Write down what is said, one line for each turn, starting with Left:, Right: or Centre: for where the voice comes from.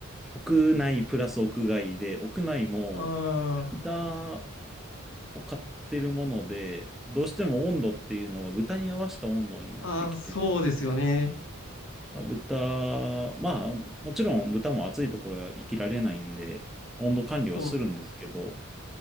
Centre: 屋内プラス屋外で、屋内も
Left: あ
Centre: 豚を飼ってるもので、どうしても温度っていうのは豚に合わせた温度になってきて、
Left: あ、ああ、そうですよね。
Centre: まあ、豚、まあ、もちろん豚も暑いところは生きられないんで、温度管理はするんですけど、
Left: そう、